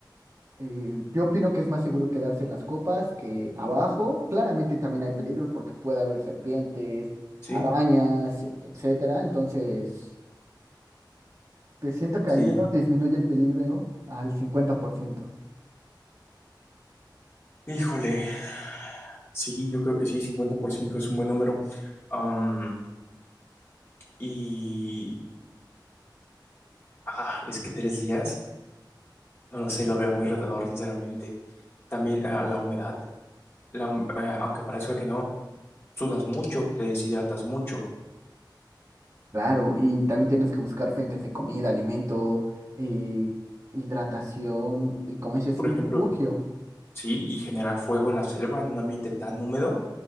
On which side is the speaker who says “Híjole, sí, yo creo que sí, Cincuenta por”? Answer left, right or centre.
Left